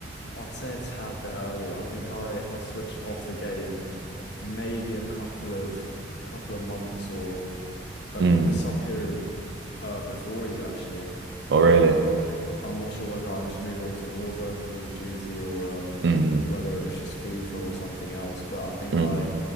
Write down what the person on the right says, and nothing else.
Mm.
Oh,
really?
Mm.
Mm.